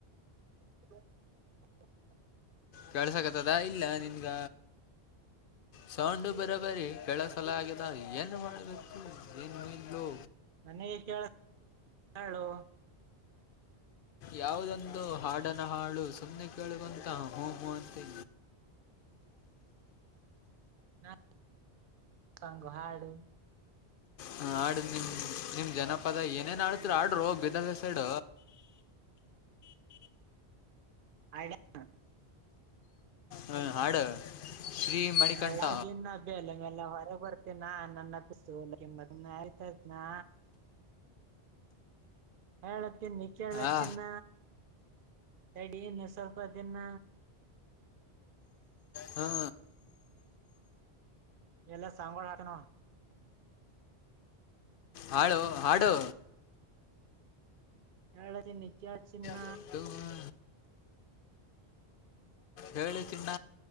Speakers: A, on the right; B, on the left.
A: <inaudible>
B: ಕಳ್ಸಕತದ ಇಲ್ಲ ನಿನ್ಗ. ಸೌಂಡು ಬರಬರಿ ಕೆಳಸಲಾಗೆದ ಏನು ಮಾಡಬೇಕು ಏನು ಇಲ್ಲೊ.
A: ನನಗೆ ಕೇಳಸ್ ಳೋ.
B: <inaudible> ಯಾವದೊಂದು ಹಾಡನ ಹಾಳು ಸುಮ್ಮ್ನೆ ಕೇಳಗೊಂತ ಹೂ ಹೂ ಅಂತೆ.
A: ನಾ ಸಂಘ ಹಾಡು
B: ಹ ಆಡ ನಿಮ್ ನಿಮ್ ಜನಪದ ಏನೇನ್ ಆಡ್ತಿರು ಆಡ್ರ ಹೋಗ ಬೀದರ್ ಸೈಡ್
A: ಆಯಡಿಯ
B: ಹ ಹಾಡು ಶ್ರೀ ಮಣಿಕಂಠ
A: ನಾವು ಯ ಬೆಲೆ ಮೇಲೆ ಹೊರ ಬರ್ತಿನಾ ನನ್ನಸ ಆಯ್ತನಾ ಹೇಳ ತಿನ್ನಿ ಕೇಳ
B: ಆ
A: ಚಿನ್ನ ತಡನ್ನು ಸ್ವಲ್ಪ ತಿನ್ನ
B: ಹಾ
A: ಎಲ್ಲ ಸಾಂಗೋ ಹಾಕನೋ
B: ಹಾಡು ಹಾಡು
A: ಹೇಳಳ ಚಿನ್ನ ಕ ಚಿನ್ನ
B: ಹ ಹೇಳಿ ತಿನ್ನ